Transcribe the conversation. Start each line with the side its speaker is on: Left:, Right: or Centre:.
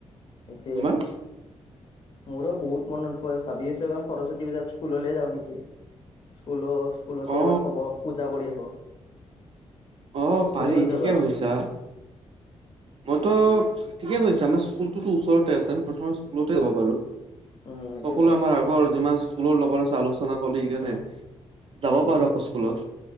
Left: সেইটোয়ে
Right: কিমান?
Left: মোৰো বহুত মনত পৰে ভাবি আছো এবাৰ সৰস্বতী পূজাত স্কুললৈ যাওঁ নেকি স্কুলো স্কুলতে
Right: অ
Left: এবাৰ খব পূজা কৰি আহো।
Right: অ' পাৰি
Left: তুমি ক'ত
Right: ঠিকেছা।
Left: যাবা
Right: মইতো ঠিকে কৈছে। আমাৰ স্কুলটোতো ওচৰতে আছে। আমি প্ৰথম স্কুলতে যাব পাৰো।
Left: উম এইটোৱেতো
Right: সকলোৱে আমাৰ আগৰ যিমান স্কুলৰ লগত আছে আলোচনা চ কৰি সকাৰণে
Left: উম
Right: যাব পাৰো আকৌ স্কুলত।